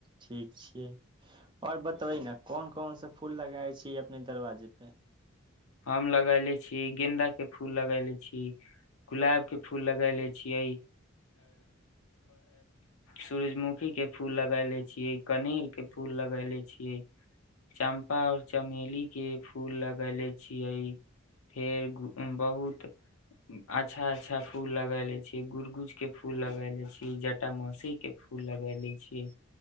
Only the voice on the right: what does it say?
ठीक छियै आओर बतबै ने कोन कोनस फूल लगै छी अपने दरवाजे पे